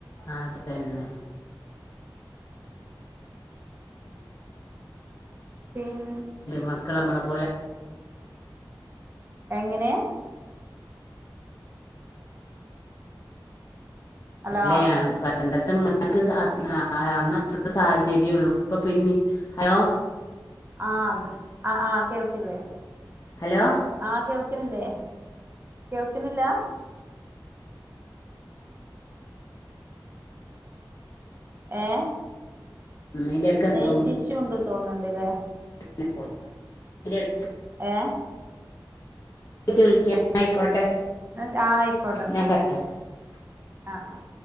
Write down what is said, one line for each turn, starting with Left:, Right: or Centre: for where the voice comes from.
Left: അതന്നെ
Right: പിൻ
Left: മക്കൾ നമ്മളെ പോലെ
Right: എങ്ങനെ ഹലോ
Left: അല്ലേ. രണ്ടത്തെ മക്ക് ആ അന്ന്ത്ര സാഹചര്യള്ളു ഇപ്പൊ പിന്നെ അയോ
Right: ആഹ് അതെ ആ ആഹ് കേൾക്കില്ലേ
Left: ഹലോ
Right: ആഹ് കേൾ ല്ലേ കേൾക്കുന്നില്ല. ഏ
Left: ഉം അയിന്റെ എടക്ക് എന്തോ
Right: റേഞ്ചിഷു
Left: മിസ്
Right: ഉണ്ട് തോന്നണ്ടല്ലേ.
Left: <unintelligible>
Right: ഏ
Left: വിളിക്ക ആയിക്കോട്ടെ.
Right: എന്ന ആയിക്കോട്ടെ എന്നാല്
Left: ഞാൻ കട്ടാ
Right: ആഹ് ആഹ്